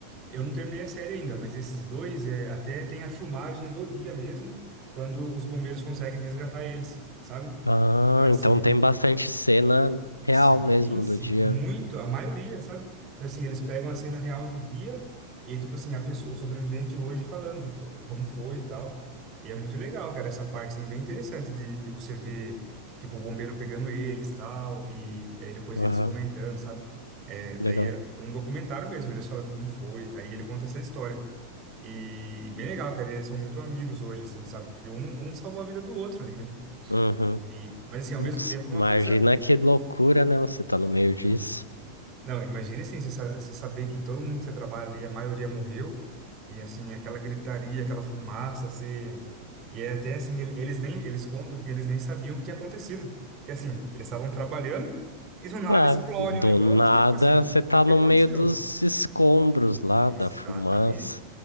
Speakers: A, on the right (about 35°); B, on the left (about 85°).
A: eu não terminei a série ainda, mas esses dois é, até tem a filmagem do dia mesmo, quando os bombeiros conseguem resgatar eles, sabe?
B: Ah,
A: Então assim,
B: então tem bastante cena real
A: Sim,
B: mesmo
A: sim,
B: do dia.
A: muito, a maioria, sabe? Então, assim, eles pegam a cena real do dia e, tipo assim, a pessoa, o sobrevivente hoje falando, tipo, como foi e tal. E é muito legal, cara, essa parte, assim, é bem interessante de, de você ver, tipo, o bombeiro pegando eles tal, e, e aí depois
B: Aham,
A: eles comentando, sabe? É, daí
B: legal.
A: é um documentário mesmo, eles falando como foi, aí ele conta essa história. E, e bem legal, cara, eles são muito amigos hoje, assim, sabe? Porque um, um salvou a vida do outro ali, né?
B: Uhum.
A: E, mas, assim, ao
B: Nossa,
A: mesmo tempo é
B: imagina
A: uma coisa.
B: que loucura, né? Você tá no meio
A: Sim.
B: disso.
A: Não, imagina assim, você sa- você saber que todo mundo que você trabalha ali, a maioria morreu, e assim, aquela gritaria, aquela fumaça, você... E é até assim, ele- eles nem, eles contam que eles nem sabiam o que tinha acontecido. Porque assim, eles estavam trabalhando, e do nada
B: Ah,
A: explode
B: do
A: o negócio,
B: nada,
A: tipo assim, o
B: você tá
A: que
B: no
A: aconteceu?
B: meio dos escombros lá,
A: Exatamente.
B: da fumaça.